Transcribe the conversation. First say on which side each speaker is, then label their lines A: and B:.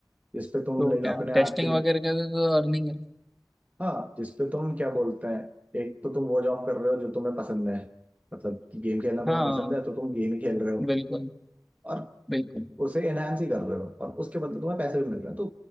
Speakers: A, on the right; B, in the centre.
A: जिसपे तुम
B: तो
A: लाइक
B: क्या
A: अपने
B: टेस्टिंग
A: एक्चुअली
B: वगैरह का भी तो अर्निंग है
A: हाँ जिसपे तुम क्या बोलते हैं एक तो तुम वो जॉब कर रहे हो जो तुम्हें पसंद है मतलब कि गेम खेलना तुम्हें
B: हाँ
A: पसंद है तो तुम गेम ही खेल रहे हो
B: बिल्कुल
A: और
B: बिल्कुल
A: उसे एनहांस ही कर रहे हो और उसके बदले तुम्हें पैसे भी मिल रहे हैं तो